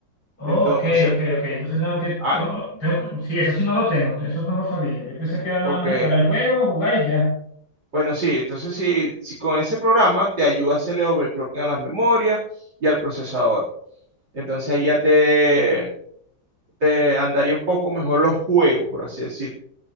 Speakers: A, on the left; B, on the right.
A: Oh,
B: Entonces,
A: ok, ok, ok. Entonces tengo que,
B: ah,
A: oh, tengo que- Sí, eso sí no lo tengo. Eso no lo sabía. Yo pensé que era nada
B: ok.
A: más instalar el juego, jugar y ya.
B: Bueno, sí, entonces si, si con ese programa te ayuda a hacerle overclocking a las memorias y al procesador. Entonces ahí ya te, te andaría un poco mejor los juegos, por así decir